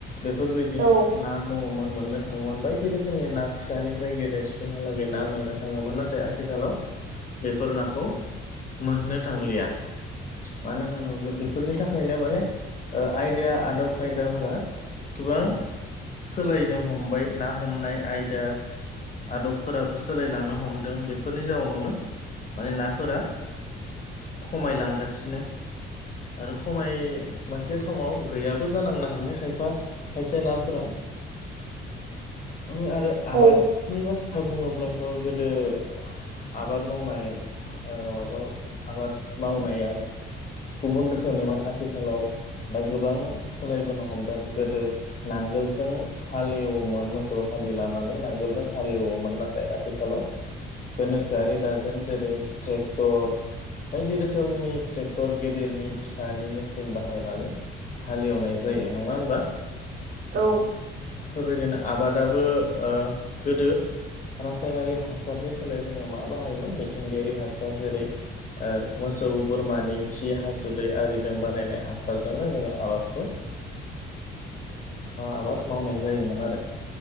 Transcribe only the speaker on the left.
बेफोरबायदि
ना दङमोन मोननो थाङोमोन बायदि रोखोमनि ना फिसानिफ्राय गेदेरसिमहालागै ना मोननो थाङोमोन नाथाय आथिखालाव बेफोर नाखौ मोननो थांलिया। मानो होनोब्ला बेफोरनि थाखायनो माने ओ आयदा आदब खायदाफोरा। गोबां सोलायनो हमबाय ना हमनाय आयदा। आदबफोराबो सोलायलांनो हमदों बेफोरनि जाउनावनो माने नाफोरा। खमायलांगासिनो आरो खमाय मोनसे समाव गैयाबो जालांनो हानाय खायफा खायसे नाफोरा अ आरो
आबाद। नि बाथ्रा बुङोब्लाथ' गोदो आबाद मावनाय ओ माबा आबाद मावनाया गुबुन रोखोमनिमोन आथिखालाव दा गोबां सोलायबोनो हमदों गोदो। नांगोलजों हालेवोमोन मोसौ हालिलानानै नांगोलजों हालेवोमोन नाथाय आथिखालाव। गोनोखोआरि दाजम जेरै ट्रेक्टर बायदि रोखोमनि क्टर गेदेरनि फिसानि मेसिन बाहायनानै हालेवनाय जायो नङा होनोमबा
बेफोरबायदिनो आबादाबो गोदो रासायनारि हासारनि सोलाय जोङो मा बाहायोमोन मिथिंगायारि हासार जेरै मोसौ बोरमानि खि हासुदै आरिजों बानायनाय हासारजोंनो जोङो आबादखौ आबाद मावनाय जायोमोन आरो